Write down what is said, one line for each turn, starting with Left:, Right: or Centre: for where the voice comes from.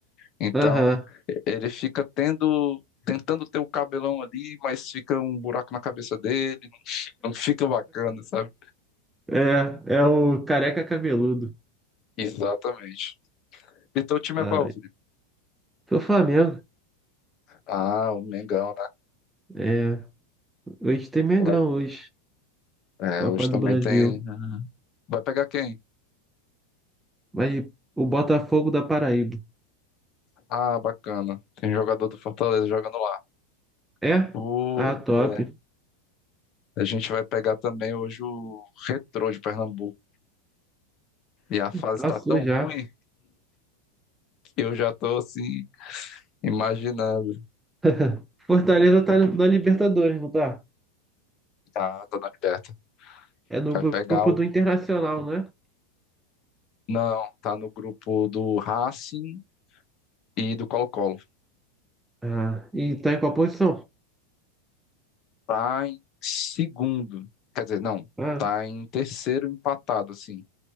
Left: Então,
Centre: Aham.
Left: ele fica tendo. Tentando ter o cabelão ali, mas fica um buraco na cabeça dele. Não fica bacana, sabe?
Centre: É, é o careca cabeludo.
Left: Exatamente. E teu time
Centre: Ai.
Left: é qual, Felipe?
Centre: Pro Flamengo.
Left: Ah, o Mengão, né?
Centre: É. Hoje tem Mengão
Left: Vai-
Centre: hoje.
Left: é,
Centre: Copa
Left: hoje também
Centre: do Brasil.
Left: tem. Vai pegar quem?
Centre: Mas o Botafogo da Paraíba.
Left: Ah, bacana. Tem jogador do Fortaleza jogando lá.
Centre: É?
Left: O...
Centre: Ah, top.
Left: é, A gente vai pegar também hoje o Retrô de Pernambuco. E a fase
Centre: Passou
Left: tá tão
Centre: já.
Left: ruim que eu já tô assim, imaginando.
Centre: <laughs> Fortaleza tá na Libertadores, não tá?
Left: Tá, tô na liberta.
Centre: É no
Left: Vai pegar
Centre: grupo
Left: o.
Centre: do Internacional, né?
Left: Não, tá no grupo do Racing e do Colo-Colo.
Centre: Ah, e tá em qual posição?
Left: tá em segundo. Quer dizer, não,
Centre: Ah,
Left: tá em terceiro empatado, assim.